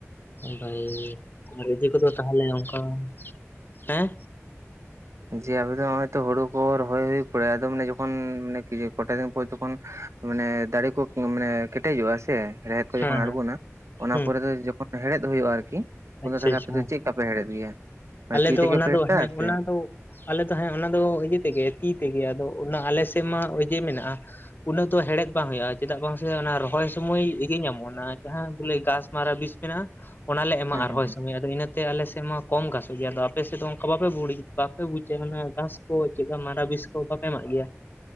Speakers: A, on the left (about 40°); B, on the right (about 65°).
A: ᱵᱷᱟᱜᱮ ᱟᱨ ᱤᱭᱟᱹ ᱠᱚᱫᱚ ᱛᱟᱦᱚᱞᱮ ᱚᱱᱠᱟ ᱾ ᱦᱮᱸ
B: ᱡᱮ ᱟᱵᱮ ᱫᱚ ᱱᱚᱜ-ᱚᱭ ᱛᱚ ᱦᱳᱲᱳ ᱠᱚ ᱨᱚᱦᱚᱭ ᱦᱳᱭ ᱯᱚᱨᱮ ᱟᱫᱚ ᱢᱟᱱᱮ ᱡᱚᱠᱷᱚᱱ ᱢᱟᱱᱮ ᱠᱚᱴᱟ ᱫᱤᱱ ᱯᱚᱨ ᱛᱚᱠᱷᱚᱱ ᱾ ᱢᱟᱱᱮ ᱫᱟᱲᱮ ᱠᱚ ᱢᱟᱱᱮ ᱠᱮᱴᱮᱡᱚᱜᱼᱟ ᱥᱮ ᱾ ᱨᱮᱦᱮᱫ ᱠᱚ
A: ᱦᱮᱸ
B: ᱡᱚᱠᱷᱚᱱ
A: ᱦᱮᱸ
B: ᱟᱲᱜᱳᱱᱟ ᱚᱱᱟ
A: ᱦᱩᱸ
B: ᱯᱚᱨᱮ ᱫᱚ ᱡᱚᱠᱷᱚᱱ ᱦᱮᱲᱦᱮᱫ ᱦᱳᱭᱳᱜᱼᱟ ᱟᱨᱠᱤ, ᱩᱱᱫᱚ
A: ᱟᱪᱪᱷᱟ
B: ᱛᱟᱦᱞᱮ
A: ᱟᱪᱪᱷᱟ
B: ᱟᱯᱮ ᱫᱚ ᱪᱮᱫ? ᱛᱟᱯᱮ ᱦᱮᱲᱮᱫ ᱜᱮᱭᱟ
A: ᱟᱞᱮ
B: ᱛᱤ
A: ᱫᱚ
B: ᱛᱮᱜᱮ
A: ᱚᱱᱟ
B: ᱯᱮ
A: ᱫᱚ
B: ᱦᱮᱲᱦᱮᱫᱟ
A: ᱦᱮᱸ
B: ᱥᱮ
A: ᱚᱱᱟ ᱫᱚ ᱾ ᱟᱞᱮ ᱫᱚ ᱦᱮᱸ ᱚᱱᱟ ᱫᱚ ᱤᱭᱟᱹ ᱛᱮᱜᱮ ᱛᱤ ᱛᱮᱜᱮ ᱟᱫᱚ ᱚᱱᱟ ᱟᱞᱮ ᱥᱮᱫ ᱢᱟ ᱚᱡᱮ ᱢᱮᱱᱟᱜᱼᱟ ᱾ ᱩᱱᱟᱹᱜ ᱫᱚ ᱦᱮᱲᱦᱮᱫ ᱵᱟᱝ ᱦᱳᱭᱳᱜᱼᱟ, ᱪᱮᱫᱟᱜ ᱵᱟᱝ ᱥᱮ ᱚᱱᱟ ᱨᱚᱦᱚᱭ ᱥᱩᱢᱚᱭ ᱤᱭᱟᱹ ᱧᱟᱢᱚᱜᱼᱟ ᱚᱱᱟ ᱡᱟᱦᱟᱸ ᱵᱚᱞᱮ ᱜᱷᱟᱥᱢᱟᱨᱟ ᱵᱤᱥ ᱾ ᱢᱮᱱᱟᱜᱼᱟ ᱚᱱᱟᱞᱮ ᱮᱢᱟᱜ-ᱟ
B: ᱦᱩᱸ ᱦᱩᱸ
A: ᱨᱚᱦᱚᱭ
B: ᱦᱩᱸ
A: ᱥᱚᱢᱚᱭ ᱟᱫᱚ ᱤᱱᱟᱹᱛᱮ ᱟᱞᱮ ᱥᱮᱫ ᱢᱟ ᱠᱚᱢ ᱜᱟᱥ ᱟᱫᱚ ᱟᱯᱮ ᱥᱮᱫ ᱫᱚ ᱚᱱᱠᱟ ᱵᱟᱯᱮ <inaudible> ᱵᱟᱯᱮ ᱵᱩᱡᱟ ᱚᱱᱟ ᱜᱷᱟᱥ ᱠᱚ ᱪᱮᱫᱠᱟ ᱢᱟᱨᱟ ᱵᱤᱥ ᱠᱚ ᱵᱟᱯᱮ ᱮᱢᱟᱜ ᱜᱮᱭᱟ? <unintelligible>